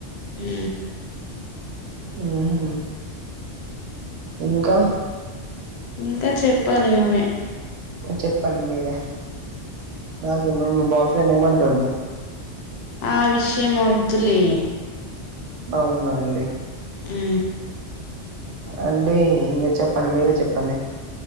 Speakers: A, on the left; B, on the right.
A: ఉ
B: ఉహు ఇంకా
A: ఇంకా చెప్పాలి నువ్వే
B: చెప్పండి మీరే నాకు మీ బాయ్ ఫ్రెండ్ ఏమంటుడు
A: ఆ విషయం వద్దులే
B: అవునా అండి
A: ఉ
B: అండి ఇంకా చెప్పండి మీరే చెప్పండి